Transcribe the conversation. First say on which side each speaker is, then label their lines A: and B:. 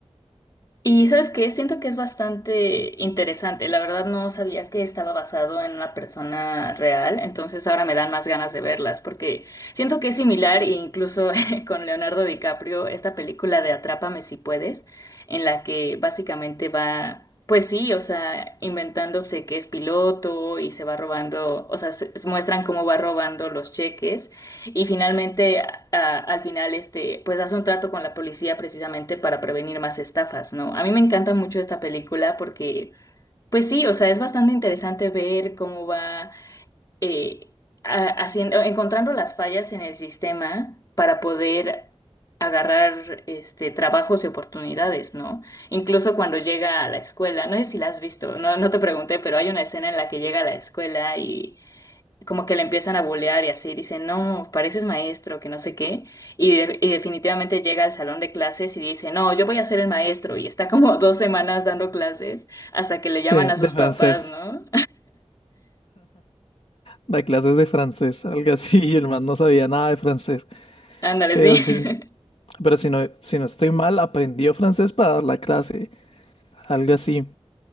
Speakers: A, on the left; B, on the left.
A: Y sabes qué, siento que es bastante interesante. La verdad no sabía que estaba basado en una persona real, entonces ahora me dan más ganas de verlas porque siento que es similar e incluso <laughs> con Leonardo DiCaprio, esta película de Atrápame si puedes, en la que básicamente va, pues sí, o sea, inventándose que es piloto y se va robando, o sea, se- muestran cómo va robando los cheques y finalmente, a- al final, este, pues hace un trato con la policía precisamente para prevenir más estafas, ¿no? A mí me encanta mucho esta película porque, pues sí, o sea, es bastante interesante ver cómo va eh, a- haciendo, encontrando las fallas en el sistema para poder agarrar este, trabajos y oportunidades, ¿no? Incluso cuando llega a la escuela, no sé si la has visto, no, no te pregunté, pero hay una escena en la que llega a la escuela y como que le empiezan a bulear y así, dicen, no, pareces maestro, que no sé qué, y, de- y definitivamente llega al salón de clases y dice, no, yo voy a ser el maestro, y está como <laughs> dos semanas dando clases hasta que le llaman
B: Sí,
A: a sus
B: de francés.
A: papás, ¿no?
B: Da clases de francés, algo así, y el man no sabía nada de francés.
A: <laughs> Ándale,
B: Pero
A: sí.
B: si, pero si no, si no estoy mal, aprendió francés para dar la clase, algo así.